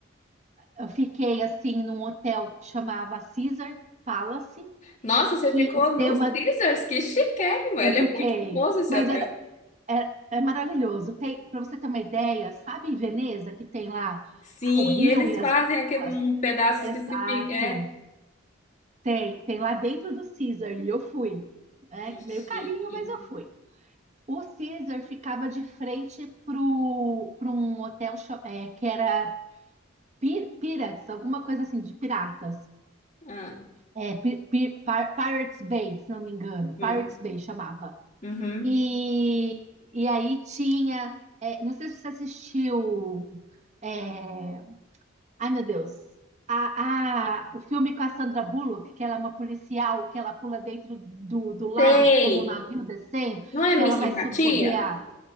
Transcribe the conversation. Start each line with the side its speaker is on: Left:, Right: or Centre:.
Right: eu fiquei assim num hotel que chamava Caesar Palace,
Left: Nossa, você
Right: que
Left: ficou
Right: o tema
Left: no Caesars, que chiquérrimo! Ele
Right: eu fiquei,
Left: é muito famoso esse
Right: mas
Left: hotel.
Right: era, é, é maravilhoso. Tem, para você ter uma ideia, sabe em Veneza que tem lá
Left: Sim,
Right: ah, o rio
Left: eles
Right: e as
Left: fazem
Right: gôndolas?
Left: aquele um pedaço
Right: Exato.
Left: que se fica. É,
Right: Tem, tem lá dentro do Caesar e eu fui. É
Left: que chique.
Right: meio carinho, mas eu fui. O Caesar ficava de frente pro, pro um hotel cha- é, que era Pir- Pirates, alguma coisa assim, de piratas.
Left: Ah,
Right: É, Pi- Pi- Pir- Pirates Bay, se não me engano.
Left: hum,
Right: Pirates Bay chamava.
Left: uhum.
Right: E, e aí tinha. é, não sei se você assistiu é, Ai, meu Deus. A, a, o filme com a Sandra Bullock, que ela é uma policial, que ela pula dentro do, do lago
Left: Sei!
Right: que tem um navio descendo,
Left: Não é
Right: que
Left: Miss
Right: ela vai
Left: Simpatia?
Right: socorrer a